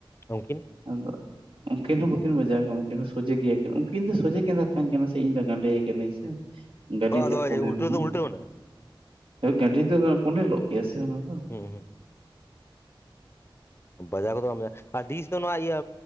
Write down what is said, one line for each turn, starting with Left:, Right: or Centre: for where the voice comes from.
Left: ᱩᱱᱠᱤᱱ?
Right: ᱟᱫᱚ ᱩᱱᱠᱤᱱ ᱦᱚᱸ ᱵᱟᱹᱠᱤᱱ ᱵᱟᱡᱟᱣ ᱠᱟᱱᱟ, ᱩᱱᱠᱤᱱ ᱦᱚᱸ ᱥᱚᱡᱮ ᱜᱮᱭᱟᱠᱤᱱ ᱩᱱᱠᱤᱱ ᱫᱚ ᱥᱚᱡᱷᱮ ᱠᱤᱱ ᱫᱷᱟᱠᱟᱹᱧ ᱠᱟᱱᱟ ᱥᱮ, ᱤᱧ ᱫᱚ ᱜᱟᱸᱰᱮᱭ ᱠᱟᱱᱟᱹᱧ ᱥᱮ ᱜᱟᱹᱰᱤ
Left: ᱟᱫᱚ
Right: ᱛᱮᱫ ᱠᱚᱸᱰᱮᱞᱱᱟ᱾
Left: ᱩᱞᱴᱟᱹᱣ ᱫᱚ ᱩᱞᱴᱟᱹᱣ ᱮᱱᱟ
Right: ᱜᱟᱹᱰᱤ ᱫᱚ ᱠᱚᱰᱮ ᱞᱚᱜ ᱜᱮᱭᱟ ᱥᱮ ᱚᱱᱟ ᱫᱚ᱾
Left: ᱦᱩᱸᱻᱦᱩᱸᱻ᱾ ᱵᱟᱡᱟᱣ ᱠᱚᱫᱚ ᱵᱟᱢ ᱵᱟᱡᱟᱼᱟ ᱟᱨ ᱰᱤᱥ ᱫᱚ ᱱᱚᱣᱟ ᱤᱭᱟᱹ